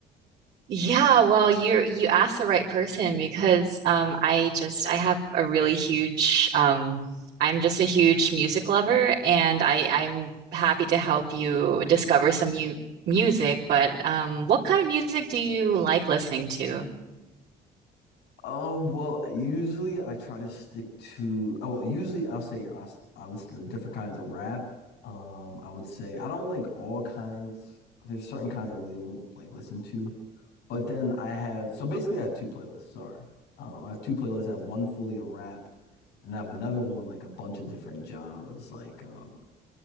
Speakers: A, on the right (about 60°); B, on the left (about 75°).
A: Yeah, well, you're you asked the right person because um I just I have a really huge um I'm just a huge music lover and I I'm happy to help you discover some new music, but um what kind of music do you like listening to?
B: Um, well, usually I try to stick to, oh, well, usually I'll say I, s- I listen to different kinds of rap. Um, I would say I don't like all kinds. There's certain kinds I really won't like listen to. But then I have so basically I have two playlists. Sorry, um, I have two playlists. I have one fully of rap, and I have another one with like a bunch of different genres, like um,